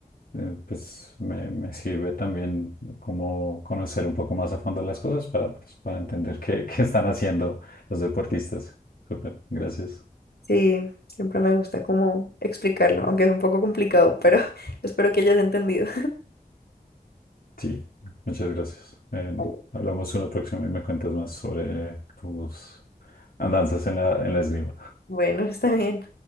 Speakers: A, on the left; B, on the left.
A: eh, pues me, me sirve también como conocer un poco más a fondo las cosas para, pues, para entender qué, qué están haciendo los deportistas. Súper, gracias.
B: Sí, siempre me gusta como explicarlo, aunque es un poco complicado, pero <laughs> espero que hayas entendido.
A: Sí, muchas gracias. Eh,
B: Vale.
A: hablamos una próxima y me cuentas más sobre tus andanzas en la, en la esgrima.
B: Bueno, <laughs> está bien.